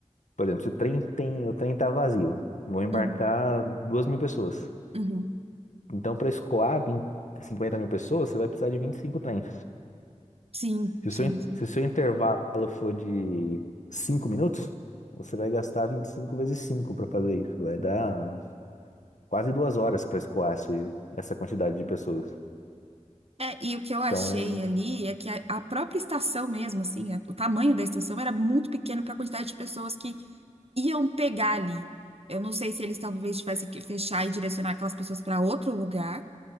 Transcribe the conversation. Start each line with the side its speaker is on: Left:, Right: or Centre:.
Left: Por exemplo, se o trem tem, o trem tá vazio, vão embarcar
Right: Uhum.
Left: duas mil pessoas.
Right: Uhum.
Left: Então, para escoar 20, 50 mil pessoas, você vai precisar de 25 trens.
Right: Sim,
Left: Se o
Right: sim,
Left: seu, in-
Right: sim.
Left: se o seu intervalo for de 5 minutos, você vai gastar 25 vezes 5 para fazer isso. Vai dar quase duas horas para escoar esse- essa quantidade de pessoas.
Right: É, e o que eu achei
Left: Então,
Right: ali é que a, a própria estação mesmo, assim, a- o tamanho da estação era muito pequeno para a quantidade de pessoas que iam pegar ali. Eu não sei se eles talvez tivessem que fechar e direcionar aquelas pessoas para outro lugar,